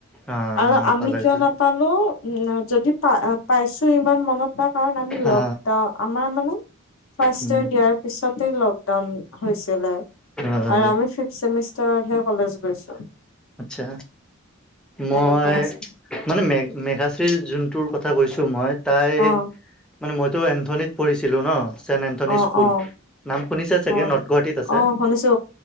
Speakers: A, in the centre; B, on the left (about 70°).
A: অ
B: আৰু
A: নাপালেতো
B: আমি কিয় নাপালো উ যদি পা-পাইছো ইমান মনত ৰ কাৰণ আমি লকডাউন
A: অ
B: আমাৰ মানে ফাৰ্ষ্ট
A: উম
B: ইয়াৰ দিয়াৰ পিছতে লকডাউন হৈছিলে
A: হয়
B: আৰু আমি ফিব ছেম <unintelligible> হে কলেজ গৈছো।
A: আচ্ছা মই
B: এনেকা আছে।
A: মানে মে-মেঘাশ্ৰীৰ যোনটোৰ কথা কৈছো মই তাই
B: অ
A: মানে মইতো এন্থনীত পঢ়িছিলোঁ ন। চেণ্ট এন্থনী
B: অ
A: স্কুল
B: অ
A: নাম শুনিছে চাগে
B: অ
A: নৰ্থ গুৱাহাটীত আছে।
B: অ শুনিছো